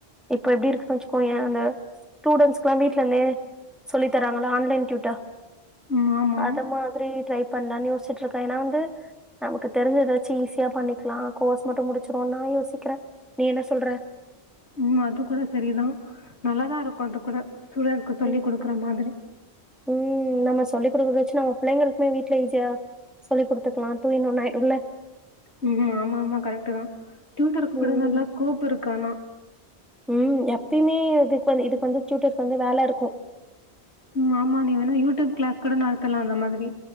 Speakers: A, in the centre; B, on the left.
A: இப்ப எப்டி இருக்குன்னனு வச்சுக்கோயே அந்த ஸ்டூடண்ட்ஸ்க்ல்லா வீட்டுல இருந்தே சொல்லி தராங்களா ஆன்லைன் <unintelligible>
B: ம். ஆமா.
A: அது மாதிரி ட்ரை பண்ணலான் யோசி வந்ட்டு இருக்கே ஏன்னா வந்து நமக்கு தெரிஞ்ச ஏதாச்சு ஈஸியா பண்ணிக்கலா கோர்ஸ் மட்டு முடிச்சிடுவோ நா யோசிக்கிறே நீ என்ன சொல்ற
B: ம் அது கூட சரிதா நல்லாதா இருக்கு அது கூட சூழலக்கு சொல்லி்
A: ம்.
B: குடுக்குற மாதிரி
A: ம் நம்ம சொல்லி குடுக்குற வச்சு நம்ம பிள்ளைங்களுக்குமே வீட்ல ஈஸியா சொல்லி குடுத்துக்கலா டூ இன் ஒன்னா ஆயிடும்ல
B: ம் ஆமாமா கரெக்ட்டுதா <unintelligible>
A: ம்.
B: நல்லா ஸ்கூப் இருக்கு ஆனா
A: ம் எப்பயுமே இதுக்கு இதுக்கு வந்து சூட்டருக்கு வந்து வேல இருக்கு
B: ம் ஆமா நீ வேணா யூடியூப் கிளாஸ் கூட நடத்தலா அந்த மாதிரி